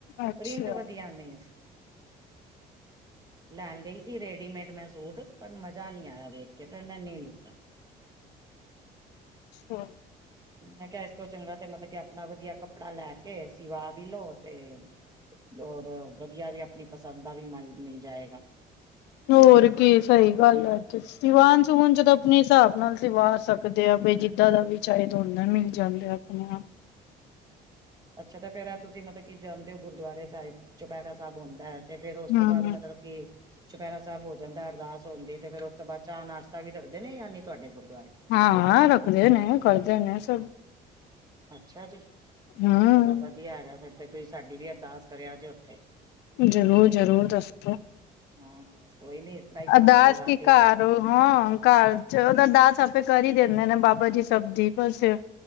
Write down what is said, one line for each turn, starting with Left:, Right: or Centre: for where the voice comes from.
Left: ਅੱਛਾ
Right: ਪ੍ਰਿੰਟ ਵਧੀਆ ਨਹੀਂ ਸੀ। ਲੈਣ ਗਈ ਸੀ ਰੇਡੀਮੇਡ ਮੈਂ ਸੂਟ ਪਰ ਮਜ਼ਾ ਨਹੀਂ ਆਇਆ। ਇਹ ਵੇਖ ਕੇ ਮੈਂ ਨਹੀਂ ਲਿਤਾ
Left: ਅੱਛਾ।
Right: ਮੈਂ ਕਿਹਾ ਇਸ ਤੋਂ ਚੰਗਾ ਤੇ ਮਤਲਬ ਕਿ ਆਪਣਾ ਵਧੀਆ ਕੱਪੜਾ ਲੈ ਕੇ ਸਿਵਾ ਵੀ ਲੋਓ ਤੇ ਹੋਰ ਵਧੀਆ ਵੀ ਆਪਣੀ ਪਸੰਦ ਦਾ ਵੀ ਮ ਮਿਲ ਜਾਏਗਾ।
Left: ਹੋਰ ਕੀ ਸਹੀ ਗੱਲ ਹੈ ਅੱਜ। ਦੀਵਾਨ ਸਵਣ ਜਦੋਂ ਆਪਣੇ ਹਿਸਾਬ ਨਾਲ ਸਵਾਰ ਸਕਦੇ ਆ ਬ ਜਿੱਦਾਂ ਦਾ ਵੀ ਚੇਦ ਓਨਾ ਮਿਲ ਜਾਂਦਾ। ਆਪਣਾ।
Right: ਅੱਛਾ ਤੇ ਫੇਰ ਤੁਸੀਂ ਮਤਲਬ, ਕੀ ਜਾਂਦੇ ਹੋ ਗੁਰਦੁਆਰੇ ਸਾਹਿਬ ਚੁਪਹਿਰਾ ਸਾਹਿਬ ਹੁੰਦਾ ਹੈ। ਤੇ ਫੇਰ ਉਸ
Left: ਹੂੰ
Right: ਤੋਂ ਬਾਅਦ ਮਤਲਬ ਕਿ ਚੁਪਹਿਰਾ ਸਾਹਿਬ ਹੋ ਜਾਂਦਾ, ਅਰਦਾਸ ਹੁੰਦੀ ਤੇ ਫੇਰ ਉਸ ਤੋਂ ਬਾਅਦ ਚਾਅ ਨਾਸ਼ਤਾ ਵੀ ਰੱਖਦੇ ਨੇ ਯਾਨੀ ਤੁਹਾਡੇ ਕੋਲ
Left: ਹਾਂ ਰੱਖਦੇ ਨੇ ਕਰਦੇ ਨੇ ਸਭ
Right: ਅੱਛਾ ਜੀ ਚਲੋ
Left: ਹੂੰ
Right: ਵਧੀਆ ਹੈਗਾ, ਫਿਰ ਤੇ ਤੁਸੀਂ ਸਾਡੀ ਵੀ ਅਰਦਾਸ ਕਰਿਆ ਜੇ ਉੱਥੇ
Left: ਜ਼ਰੂਰ ਜ਼ਰੂਰ ਦੱਸੋ।
Right: ਹਾਂ। ਕੋਈ ਨੀ ਇਸ ਤਰ੍ਹਾਂ ਹੀ
Left: ਅਰਦਾਸ
Right: ਘਰ ਪਰਿਵਾਰ
Left: ਕੀ
Right: ਦੇ
Left: ਘਰ ਉਹ ਹਾਂ, ਘਰ ਚ ਉਹਦਾ ਦਾਸ ਆਪੇ ਕਰ ਹੀ ਦਿੰਦੇ ਨੇ ਬਾਬਾ ਜੀ ਸਬ ਦੀ ਬਸ